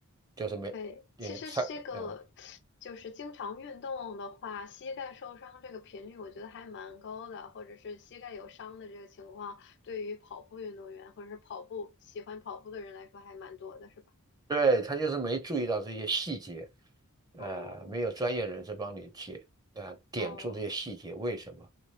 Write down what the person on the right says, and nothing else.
就是没。
也上，
嗯，
对，他就是没注意到这些细节，呃，
没有专业人士帮你解，呃，点出这些细节为什么，